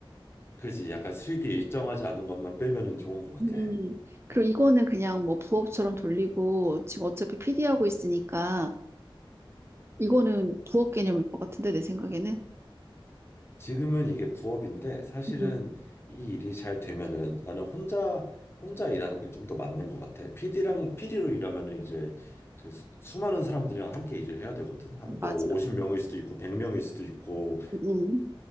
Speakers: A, on the left; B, on the right.
A: 그지? 약간 수입이 일정하지 않은 것만 빼면은 좋은 것
B: 음,
A: 같아.
B: 그리고 이거는 그냥 뭐 부업처럼 돌리고 지금 어차피 PD 하고 있으니까 이거는 부업 개념일 것 같은데 내 생각에는.
A: 지금은 이게 부업인데 사실은
B: 음,
A: 이 일이 잘 되면은 나는 혼자 혼자 일하는 게 좀 더 맞는 것 같아. PD랑 피디로 일하면은 이제 그 수- 수많은 사람들이랑 함께 일을 해야 되거든. 한 뭐
B: 맞아.
A: 50명일 수도 있고 100명일 수도 있고.
B: 음,